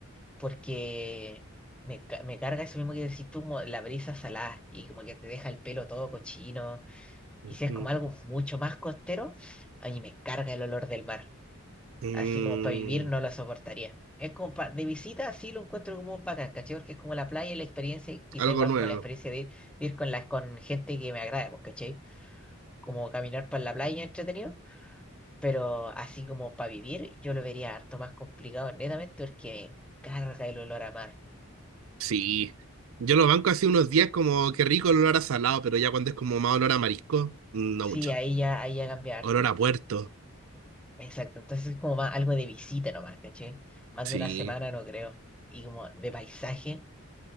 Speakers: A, in the centre; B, on the right.
A: porque me, ca- me carga eso mismo que decís tú, como la brisa salada, y como que te deja el pelo todo cochino.
B: Ujú.
A: Y si es como algo mucho más costero, a mí me carga el olor del mar
B: Mm,
A: así como para vivir no la soportaría. Es como pa- de visita sí lo encuentro como bacán, ¿cachai? Porque es como la playa, la experiencia, y quizá
B: algo
A: igual
B: nuevo.
A: como la experiencia de ir, de ir con, la, con gente que me agrade, pues, ¿cachai? Como caminar por la playa entretenido, pero así como para vivir yo lo vería harto más complicado, netamente porque me carga el olor a mar.
B: Sí. Yo lo banco hace unos días como que rico el olor a salado, pero ya cuando es como más olor a marisco, no
A: Sí,
B: mucho.
A: ahí ya, ahí ya cambia harto.
B: Olor a puerto.
A: Exacto, entonces es como más algo de visita nomás, ¿cachai? Más
B: Sí.
A: de una semana no creo. Y como de paisaje,